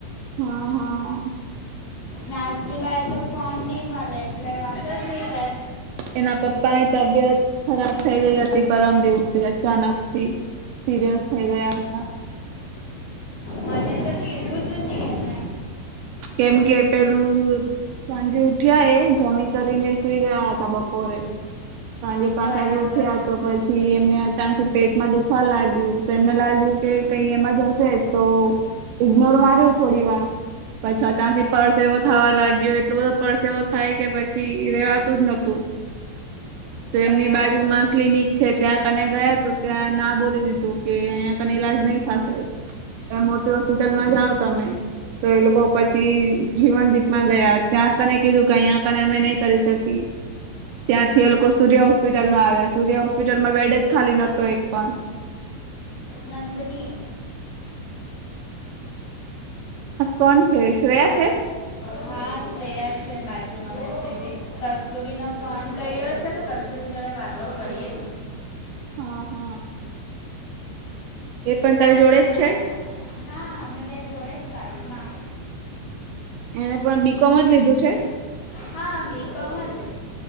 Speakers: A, on the right; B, on the left.
A: હા હા
B: નાશવી વાય તો ફોન ની મલે એટલે વાત જ નહી થાય.
A: એના પપ્પાની તબિયત ખરાબ થઈ ગઈ હતી પરમ દિવસે અચાનકથી. સિરિયસ થઈ ગયા હતા.
B: હા મને તો કીધું જ નહીં એને.
A: કેમ કે પેલું સાંજે ઉઠ્યા એ જમી કરીને સુઈ ગયા હતા બપોરે. સાંજે પાંચ
B: બરાબર
A: વાગ્યે ઉઠ્યા તો પછ થી એમને અચાનથી પેટમાં દુખવા લાગ્યું તો એમને લાગ્યું કે કઈ એમા જ હશે તો ઇગનોર માર્યું થોડીવાર પછી ત્યાંથી પરસે એવો થવા લાગ્યો એટલો બધો પરસે એવો થાય કે પછ થી રેવાતું જ નતું તો
B: બરાબર
A: એમની બાજુમાં ક્લિનિક છે ત્યાં કને ગયા તો ત્યાં ના બોલી દીધું કે અહીંયા કને ઈલાજ નહી થશે મોટી હોસ્પિટલમાં જાઓ તમે તો એ લોકો પછી જીવનદીપમાં ગયા ત્યાં કને કીધું કે અયા કને અમે નહી કરી શકીએ ત્યાંથી એ લોકો સૂર્ય હોસ્પિટલમાં આવ્યા સૂર્ય હોસ્પિટલમાં બેડ જ ખાલી નતો એક પણ
B: નંદની
A: હા કોણ છે શ્રેયા છે?
B: હા શ્રેયા છે બાજુમાં બેસેલી કસ્તુરીનો ફોન કર્યો છે તો કસ્તુરી જોડે વાત તો કરએ
A: હા હા એ પણ
B: વાંધો
A: તારી જોડે જ છે
B: હા અમે બે જોડે જ ક્લાસમાં
A: એને પણ બી કોમ જ લીધું છે.
B: હા બી કમ જ